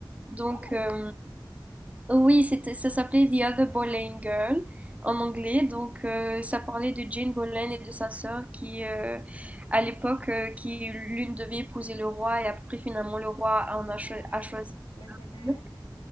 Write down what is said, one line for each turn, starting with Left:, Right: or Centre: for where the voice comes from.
Right: Donc,
Left: Oh,
Right: euh, Oui, c'était, ça s'appelait The Other Boleyn Girl en anglais. Donc, euh, ça parlait de Jane Boleyn et de sa sœur qui, euh, à l'époque, euh, qui l'une devait épouser le roi et après, finalement, le roi en a,
Left: ouais,
Right: cho- a choisi.
Left: je la connais.
Right: une.